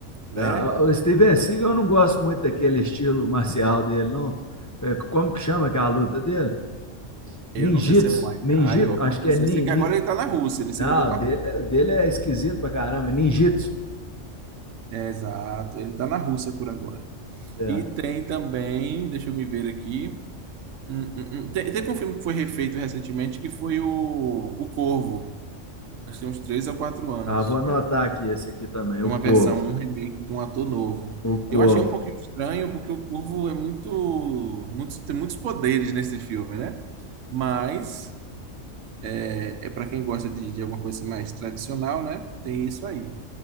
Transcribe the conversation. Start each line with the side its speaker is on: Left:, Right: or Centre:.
Right: né?
Left: Tá. O Steven Seagal, eu não gosto muito daquele estilo marcial dele, não. É, Como que chama aquela luta dele?
Right: Eu
Left: Ninjitsu.
Right: não sei se é Muay
Left: Ninjitsu,
Right: Thai ou alguma
Left: acho
Right: coisa
Left: que é ni,
Right: assim. Eu sei que
Left: ni-
Right: agora ele tá na Rússia, ele se
Left: Não,
Right: mudou para
Left: dele, dele é esquisito pra caramba, é ninjitsu.
Right: É, exato, ele está na Rússia por agora.
Left: Certo.
Right: E tem também, deixa eu me ver aqui. hum, hum, hum, te- Teve um filme que foi refeito recentemente que foi o, o Corvo. Acho que tem uns três a quatro anos.
Left: Ah, vou anotar aqui esse aqui também, o
Right: Uma
Left: Corvo.
Right: versão, um remake de um ator novo.
Left: O Corvo.
Right: Eu achei um pouquinho estranho, porque o Corvo é muito, muitos, tem muitos poderes nesse filme, né? Mas é, para quem gosta de, de alguma coisa assim mais tradicional, né? Tem isso aí.